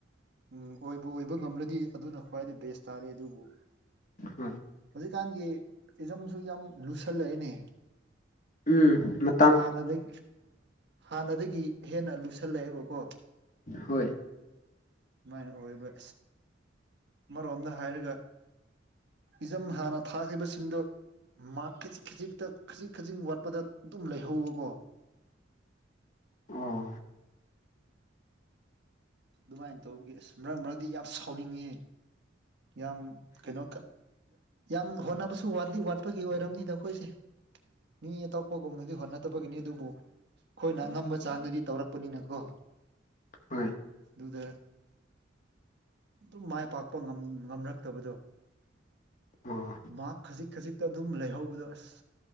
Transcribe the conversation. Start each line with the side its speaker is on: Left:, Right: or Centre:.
Right: ꯎꯝ ꯑꯣꯏꯕꯨ ꯑꯣꯏꯕ ꯉꯝ꯭ꯔꯗꯤ ꯑꯗꯨꯅ ꯈ꯭ꯋꯥꯏꯗꯒꯤ ꯕꯦꯁ ꯇꯥꯔꯦ ꯑꯗꯨꯕꯨ
Left: ꯍꯣꯏ
Right: ꯍꯧꯖꯤꯛꯀꯥꯟꯒꯤ ꯏꯖꯝꯁꯨ ꯌꯥꯝ ꯂꯨꯁꯜꯂꯛꯦꯅꯦ
Left: ꯎꯝ ꯃ
Right: ꯍꯥꯟꯅꯗꯒꯤ ꯍꯥꯟꯅꯗꯒꯤ ꯍꯦꯟꯅ ꯂꯨꯁꯜꯂꯛꯑꯦꯕꯀꯣ
Left: ꯍꯣꯏ
Right: ꯃꯥꯥꯏꯅ ꯑꯣꯏꯕ ꯑ ꯑꯃꯔꯣꯝꯗ ꯍꯥꯏꯔꯒ ꯏꯖꯝ ꯍꯥꯟꯅ ꯊꯥꯈ꯭ꯈꯤꯕꯁꯤꯡꯗꯨ ꯃꯥ ꯈꯖꯤꯛ ꯈꯖꯤꯛꯇ ꯈꯖꯤꯛ ꯈꯖꯤꯛ ꯋꯥꯠꯄꯗ ꯑꯗꯨꯝ ꯂꯩꯍꯧꯕꯀꯣ
Left: ꯑꯣ
Right: ꯑꯗꯨꯃꯥꯏꯅ ꯇꯧꯕꯒꯤ ꯑꯁ ꯃꯔꯛ ꯃꯔꯛꯇꯗꯤ ꯌꯥꯝ ꯁꯥꯎꯅꯤꯡꯉꯤ ꯌꯥꯝ ꯀꯩꯅꯣ ꯌꯥꯝ ꯍꯣꯠꯅꯕꯁꯨ ꯋꯥꯗꯤ ꯋꯥꯠꯄꯒꯤ ꯑꯣꯏꯔꯕꯅꯤꯗ ꯑꯩꯈꯣꯏꯁꯦ ꯃꯤ ꯑꯇꯣꯞꯄꯒꯨꯝꯅꯗꯤ ꯍꯣꯠꯅꯗꯕꯒꯤꯅꯤ ꯑꯗꯨꯕꯨ ꯑꯩꯈꯣꯏꯅ ꯑꯉꯝꯕ ꯆꯥꯡꯗꯗꯤ ꯇꯧꯔꯛꯄꯅꯤꯅꯀꯣ
Left: ꯍꯣꯏ
Right: ꯑꯗꯨꯗ ꯑꯗꯨꯝ ꯃꯥꯏ ꯄꯥꯛꯄ ꯉꯝ ꯉꯝꯔꯛꯇꯕꯗꯣ
Left: ꯑꯣ
Right: ꯃ ꯈꯖꯤꯛ ꯈꯖꯤꯛꯇ ꯑꯗꯨꯝ ꯂꯩꯍꯧꯕꯗꯣ ꯑꯁ